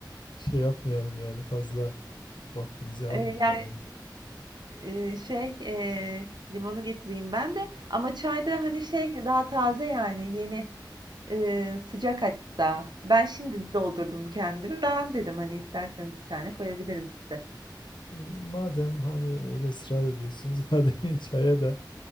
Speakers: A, on the left; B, on the right.
A: Şey yapmayalım yani fazla vaktinizi almayayım
B: E, yani
A: ben ya.
B: Eee, şey, eee, limonu getireyim ben de. Ama çayda hani şey daha taze yani yeni eee, sıcak hatta. Ben şimdi doldurdum kendimi. Ben dedim hani isterseniz bir tane koyabilirim size.
A: İyi, madem hani öyle ısrar ediyorsunuz <laughs> hadi çaya da